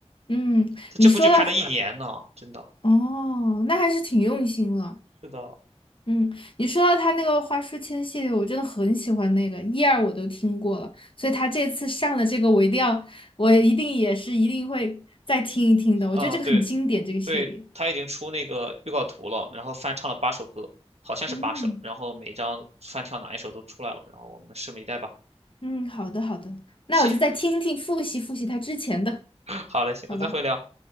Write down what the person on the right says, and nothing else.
他这部剧拍了一年呢，
真的。
是的，
嗯，对
对，他已经出那个预告图了，然后翻唱了八首歌，好像是八首，
然后每张翻跳哪一首都出来了，然后我们拭目以待吧。
行，<coughs> <laughs> 好嘞，行，
那再会聊。